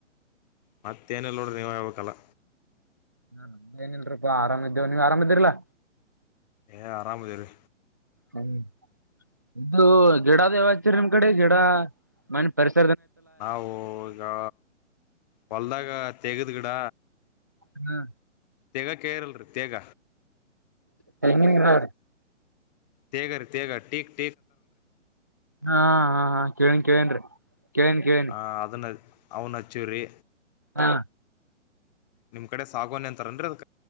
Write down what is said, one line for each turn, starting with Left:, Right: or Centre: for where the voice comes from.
Left: ಮತ್ತೇಏನೆಲ್ಲ ನೋಡ್ರೆ ನೀವ ಹೇಬೇಕಲ್ಲ
Right: ಹಾ ನ ಏನಲ್ರಪ್ಪಾ ಆರಾಮಿದ್ದೇವ ನೀವ್ ಆರಾಮಿದ್ರಲ್ಲಾ
Left: ಏ ಆರಾಮಾಮದರ
Right: ಹ್ಮ್ ಇದು ಗೀಡ ದೇವಚರಿ ನಿಮ್ ಕಡೆ ಜಡ ಮನೆ ಪರಿಸ
Left: ನಾವು ಈಗ ಹೊಲ್ದಾಗ ತೆಗದ್ ಗಿಡ
Right: ಹ್ಮ್
Left: ತೆಗ ಕೇರ್ಲ್ರಿ ತೇಗ
Right: ತೆಂಗಿನ ಗಿಡಾ
Left: ತೇಗ ರೀ ತೇಗ ಟೀ
Right: ಹಾ ಹಾ ಹಾ ಕೇಳನ್ ಕೇಳೇನ್ರಿ ಕೇಳೇನ್ ಕೇಳೇನಿ
Left: ಆ ಅದನ್ನ ಅವ್ನ್ ಹಚ್ಚಿವ್ರರಿ
Right: ಹಾ
Left: ನಿಮ್ ಕಡೆ ಸಾಗಣಿ ಅಂತಾರನ್ರಿ ಅದ್